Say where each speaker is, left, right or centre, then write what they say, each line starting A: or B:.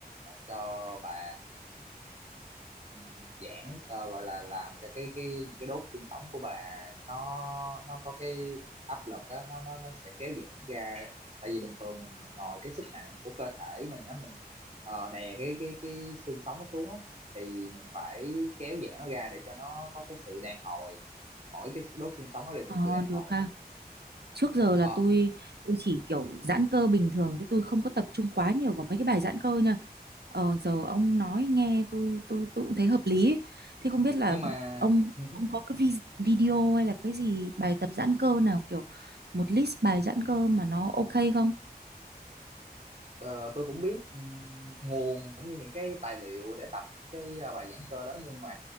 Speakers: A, on the right (about 40°); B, on the right (about 80°).
A: cho bà ừm, giãn ờ, gọi là làm cho cái cái những cái đốt xương sống của bà nó nó có cái áp lực á nó nó nó sẽ kéo giãn ra tại vì bình thường mình mình ngồi cái sức nặng của cơ thể mình á mình ờ, đè cái cái cái xương sống nó xuống á thì mình phải kéo giãn nó ra để cho nó có cái sự đàn hồi mỗi cái đốt xương sống nó đều
B: ờ,
A: có sự đàn
B: được
A: hồi
B: ha trước giờ là
A: Ờ,
B: tôi tôi chỉ kiểu giãn cơ bình thường chứ tôi không có tập trung quá nhiều vào mấy cái bài giãn cơ nha ờ, giờ ông nói nghe tôi tôi tôi cũng thấy hợp lý ấy. thế không biết là
A: nhưng mà
B: ông
A: <laughs>
B: ông có cái vi- video hay là cái gì bài tập giãn cơ nào kiểu một list bài giãn cơ mà nó ok không
A: ờ, tôi cũng biết ừm, nguồn cũng như những cái tài liệu để tập những cái ờ, bài giảng cơ đó nhưng mà